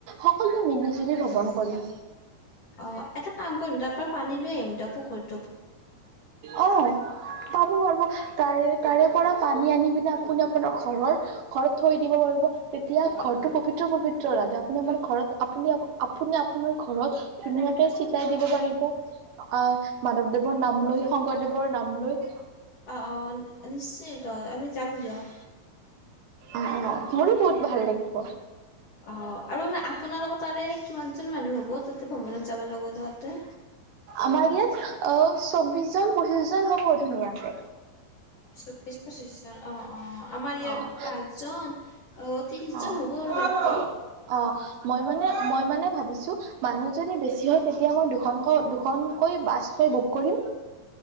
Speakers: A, on the right; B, on the left.
A: সকলোৱে মিলিজুলি ভ্ৰমণ কৰি
B: অ এটা কাম কৰিম তাৰ পৰা পানী লৈ আহিম ত পুখুৰত
A: অ পাব পাৰ তাৰে তাৰে পৰা পানী আনি পিনে আপুনি আপোনাৰ ঘৰৰ ঘৰত থৈ দিব পাৰিব তেতিয়া ঘৰটো পৱিত্ৰ পৱিত্ৰ লাগে আপুনি আমাৰ ঘৰত আপনি আপুনি আপোনাৰ ঘৰত ধুনীয়াকে চিকাই দিব পাৰিব অ মাধৱদেৱৰ নাম লৈ শংকৰদেৱৰ নাম লৈ
B: অ অ নিশ্চিত আমি যাম দিয়ক
A: আহ মোৰো বহুত ভাল লাগিব
B: অ আৰু আপোনালোকৰ তাাৰেতে এনে কিমানজন মানুহ হ'ব তাতে ভৱনত যাব লগা তহতে
A: আমাৰ ইয়াত অ চৌবিশ জন পঁচিশজন হ'ব ব ধুনীয়া আছে
B: চৌবিিশ পঁচিশ জন আহ আহ আমাৰ ইয়াৰ
A: অ
B: পৰা পাঁচজন আহ ত্ৰিশ
A: অ',
B: জন হব আৰু বক্তি
A: অ', মই মানে মই মানে ভাবিছো মানুহ যদি বেছি হয় তেতিয়া মই দুখনকৈ দুখনকৈ বাছ মই বুক কৰিম